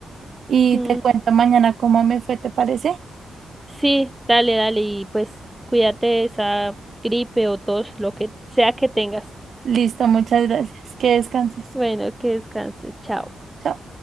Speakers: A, on the right (about 50°); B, in the centre.
A: y
B: Mm,
A: te cuento mañana cómo me fue, ¿te parece?
B: sí, dale, dale, y pues cuídate de esa gripe o tos, lo que sea que tengas.
A: Listo, muchas gracias. Que descanses.
B: Bueno, que descanses, chao.
A: Chao.